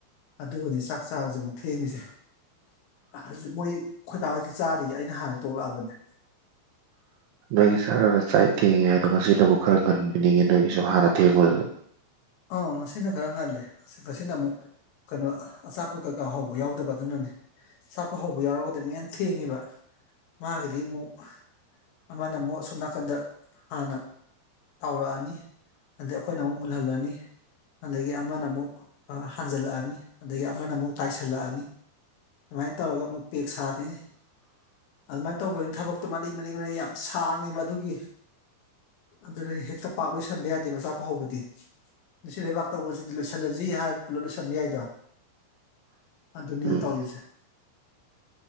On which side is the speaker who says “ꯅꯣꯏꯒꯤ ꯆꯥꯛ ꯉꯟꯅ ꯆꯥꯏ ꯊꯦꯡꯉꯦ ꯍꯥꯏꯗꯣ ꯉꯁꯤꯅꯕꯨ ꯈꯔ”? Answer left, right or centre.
Right